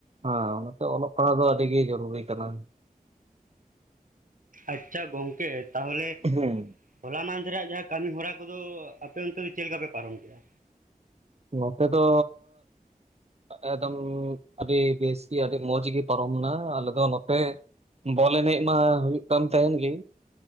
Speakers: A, on the right; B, on the right.
A: ᱦᱟᱸ ᱚᱱᱟᱛᱮ ᱚᱞᱚᱜ ᱯᱟᱲᱦᱟᱜ ᱫᱚ ᱟᱹᱰᱤᱜᱮ ᱡᱚᱨᱩᱨᱤ ᱠᱟᱱᱟ
B: ᱟᱪᱪᱷᱟ ᱜᱚᱝᱠᱮ ᱛᱟᱦᱚᱞᱮ
A: ᱦᱮᱸ
B: ᱦᱚᱞᱟ ᱢᱟᱸᱫᱷᱮᱨᱟᱜ ᱡᱟᱦᱟᱸ ᱠᱟᱹᱢᱤ ᱦᱚᱨᱟ ᱠᱚᱫᱚ ᱟᱯᱮ ᱚᱱᱛᱮ ᱫᱚ ᱪᱮᱫ ᱞᱮᱠᱟ ᱯᱮ ᱯᱟᱨᱚᱢ ᱠᱮᱫᱼᱟ?
A: ᱱᱚᱛᱮ ᱫᱚ ᱮᱠᱫᱚᱢ ᱟᱹᱰᱤ ᱵᱮᱥ ᱜᱮ ᱟᱹᱰᱤ ᱢᱚᱡᱽ ᱜᱮ ᱯᱟᱨᱚᱢᱱᱟ ᱟᱞᱮ ᱫᱚ ᱱᱚᱛᱮ ᱵᱚᱞ ᱮᱱᱮᱡ ᱢᱟ ᱦᱩᱭᱩᱜ ᱠᱟᱱ ᱛᱟᱦᱮᱱ ᱜᱮ